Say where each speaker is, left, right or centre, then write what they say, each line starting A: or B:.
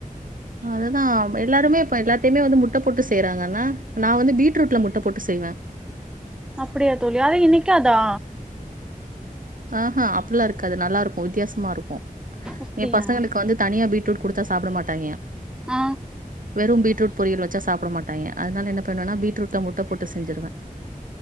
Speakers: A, on the right; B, in the centre.
A: அத நா எல்லாருமே இப்ப எல்லாத்தைமே வந்து முட்ட போட்டு செ செய்றாங்கனா நா வந்து பீட்ரூட்ல முட்ட போட்டு செய்வேன்.
B: அப்படியா தோழி அத இன்னைக் கியாதா
A: அ அ அப்ல்லா இருக்காது நல்லா ரு க்கு வித்தியாசமாருக்கு
B: அப்படியா
A: ஏ பசங்களுக்கு வந்து தனியா பீட் ரூட் குடுத்தா சாப்ட மாட்டாங்யே
B: ஆ
A: வெறு பீட்ருட் பொரியல் வச்ச சாப்ட மாட்டாங்யே அத்னால என்ன பண்வனா பீட்ரூட்ல முட்ட போட்டு செஞ்சிருவே